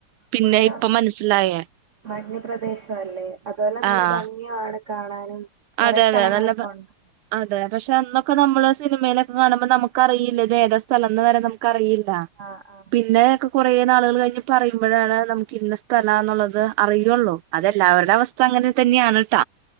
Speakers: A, on the right; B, on the right.
A: പിന്നെ
B: ഫുള്ള്
A: ഇപ്പം മനസ്സിലായേ
B: മഞ്ഞ് പ്രദേശവല്ലേ അതോലെ നല്ല
A: ആഹ്
B: ഭംഗിയാണ് കാണാനും കൊറെ
A: അതെ
B: സ്ഥലങ്ങളൊക്കെ
A: അതെ നല്ല ഭ
B: ഉണ്ട്
A: അതെ പക്ഷെ അന്നൊക്കെ നമ്മള് സിനിമയിലൊക്കെ കാണുമ്പോൾ നമുക്കറിയില്ല ഇത് ഏതാ സ്ഥലം എന്ന് വരെ നമുക്കറിയില്ല
B: ആഹ് ആഹ്
A: പിന്നെ ഒക്കെ കുറേ നാളുകള് കഴിഞ്ഞ് പറയുമ്പോഴാണ് നമുക്ക് ഇന്ന സ്ഥലാന്നുള്ളത് അറിയുള്ളു അതെല്ലാവരുടെ അവസ്ഥ അങ്ങനെ തന്നെയാണ് ട്ട